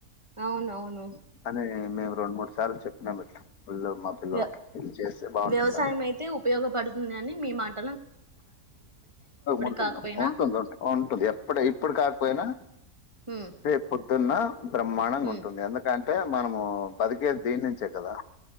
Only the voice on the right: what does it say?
అవునవును
వ్య
వ్యవసాయం అయితే ఉపయోగపడుతుంది అని మీ మాట
కాకపోయినా
ఉమ్
ఉమ్